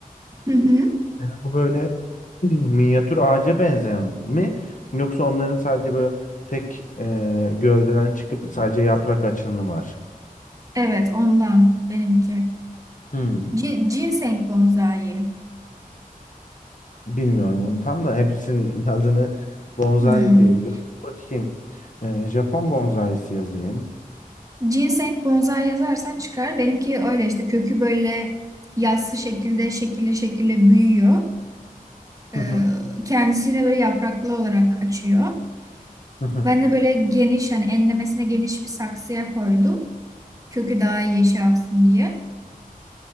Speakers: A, on the right (about 20°); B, on the left (about 60°).
A: Hı hı.
B: E, Bu böyle minyatür ağaca benzeyen mi? Yoksa onların sadece böyle tek e, gövdeden çıkıp sadece yaprak açanı var.
A: Evet, ondan benimki.
B: Hmm.
A: Gi- Ginseng bonsai.
B: Bilmiyorum onu tam da hepsinin <laughs> adını bonsai
A: Hmm.
B: diyebiliyorum. Bakayım. E, Japon bonsaisi yazayım.
A: Ginseng bonsai yazarsan çıkar. Benimki öyle işte kökü böyle yassı şekilde şekilli şekilde büyüyor. Ee,
B: Hı hı.
A: kendisine böyle yapraklı olarak açıyor.
B: Hı hı.
A: Ben de böyle geniş hani enlemesine geniş bir saksıya koydum. Kökü daha iyi şey yapsın diye.